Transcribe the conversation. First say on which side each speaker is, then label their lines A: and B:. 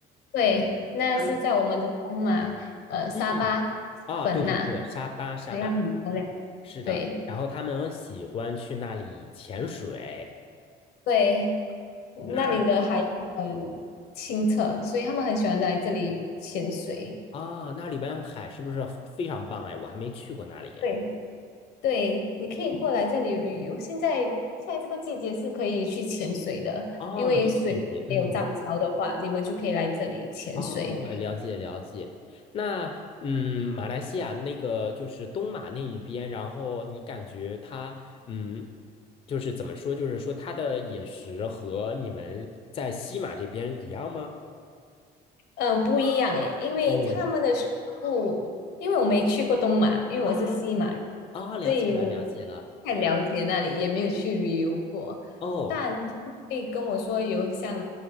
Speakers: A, on the left (about 75°); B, on the left (about 35°).
A: 对，那是在我们的东马，
B: 他们
A: 呃，沙巴、
B: 嗯啊对对对沙巴沙巴
A: 本那，对，它很漂亮。
B: 是的，
A: 对
B: 然后他们喜欢去那里潜水，
A: 对，
B: 那
A: 那里的海洋很清澈，所以他们很喜欢来这里潜水。
B: 啊那里边海是不是非常棒哎？我还没去过那里
A: 对。对，你可以过来这里旅游。现在现在这个季节是可以去潜水的，
B: 哦，
A: 因为水没有涨潮的话，
B: 这个季节嗯。
A: 你们就可以来这里潜水。
B: 哦，了解了解。那嗯，马来西亚那个就是东马那一边，然后你感觉它嗯，就是怎么说，就是说它的饮食和你们在西马这边一样吗？
A: 嗯，不一样诶，因为他们的食物，
B: 哦
A: 因为我没去过东马，因为我是西马人，
B: 啊啊，了解了了解了。
A: 所以我不太了解那里，也没有去旅游过。
B: 哦，
A: 但他们会跟我说有像